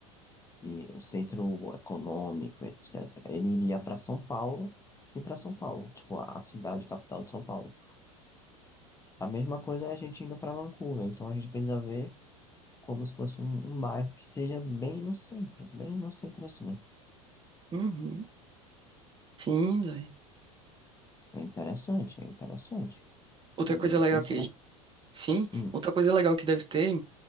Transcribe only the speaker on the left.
e o centro econômico, etc., ele iria para São Paulo e para São Paulo, tipo, a cidade capital de São Paulo. A mesma coisa é a gente indo para Vancouver, então a gente precisa ver como se fosse um, um bairro que seja bem no centro, bem no centrozinho.
É interessante, é interessante.
Precisamos
pensar.
Hum,